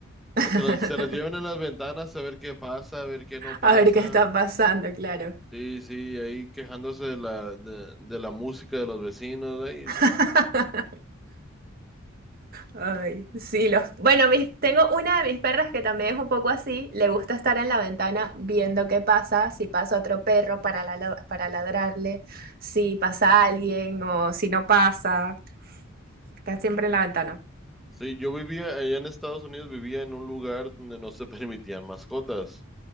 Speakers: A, on the right; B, in the centre.
A: <laughs>
B: Se los, se los llevan en las ventanas a ver qué pasa, a ver qué no pasa.
A: A ver qué está pasando, claro.
B: Sí, sí, ahí quejándose de la, de, de la música de los vecinos. Ahí.
A: <laughs> Ay, sí, los... Bueno, mis- tengo una de mis perras que también es un poco así, le gusta estar en la ventana viendo qué pasa, si pasa otro perro para, la- para ladrarle, si pasa alguien o si no pasa, está siempre en la ventana.
B: Sí, yo vivía allá en Estados Unidos, vivía en un lugar donde no se <laughs> permitían mascotas.